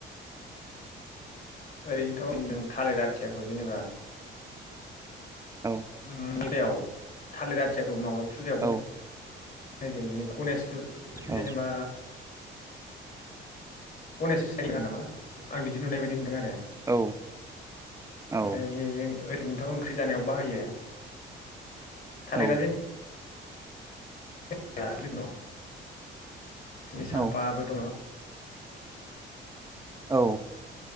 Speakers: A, on the left; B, on the right.
A: ओरैनोथ' थालिर आथियाखौ जेनेबा।
B: औ
A: <unintelligible> थालिर आथियाखौ माबा। फुजायावबो।
B: औ
A: नाय जायो जेनेबा गनेश पुज
B: औ
A: जेनेबा गनेश <unintelligible> नामा आं बिदि नुनाय बायदि नुदों आरो
B: औ औ
A: ओमफ्राय ओरैनोथ' ओंख्रि जानायाव बाहायो। थालिरा
B: औ
A: जों <inaudible> स्नि साम्फाबो
B: औ
A: दं <unintelligible>
B: औ